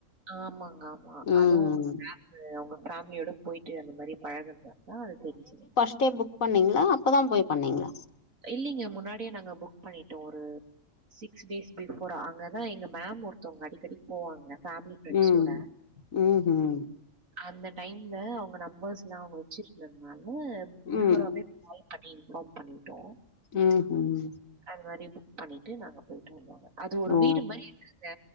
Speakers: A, on the right; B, on the left.
A: ஆமாங்க ஆமா
B: ம்
A: அதுவு நீங்க உங்க ஃபேமிலியோட போயிட்டு அந்த மாரி பழகுனா தா அது தெரிஞ்சிரு
B: நேத்தே புக் பண்ணீங்ளா அப்பதா போய் பண்ணீங்ளா
A: இல்லைங்க முன்னாடியே நாங்க புக் பண்ணிட்டோ ஒரு சிக்ஸ் டேஸ் பிஃபோர் அங்கதா எங்க மேம் ஒருத்தவுங்க அடிக்கடி போவாங்க ஃபேம்லி ஃப்ரெண்ட்ஸோட
B: ம் ம்ஹும்
A: அந்த டைம்ல அவுங்க நம்பர்ஸ்லா அவுங்க வச்சிருந்த்னால பிஃபோராவே
B: ம்
A: அப்டி இன்ஃபார்ம் பண்ணிட்டோ
B: உம் உம்
A: அது மாரி புக் பண்ணிட்டு நாங்க போயிட்டு வந்தோங்க அது ஒரு
B: ஓ
A: வீடு மாரி இருக்குங்க